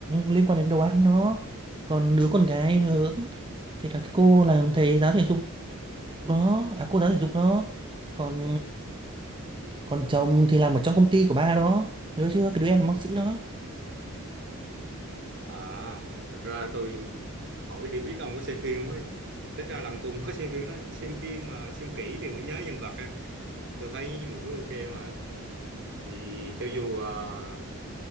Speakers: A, on the right (about 20°); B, on the right (about 55°).
A: liên quan đến đồ ăn đó. Còn đứa con gái lớn thì là cái cô làm thầy giáo thể dục đó, à cô giáo thể dục đó. Còn còn chồng thì làm ở trong công ty của ba đó, nhớ chưa? Cái đứa em là bác sĩ đó.
B: À, thật ra tôi hỏi để biết ông có xem phim không ấy. Tính ra làm cùng có xem phim đấy. Xem phim mà xem kỹ thì mới nhớ nhân vật á. Thì tôi thấy mọi thứ ok mà. Thì cho dù ờ,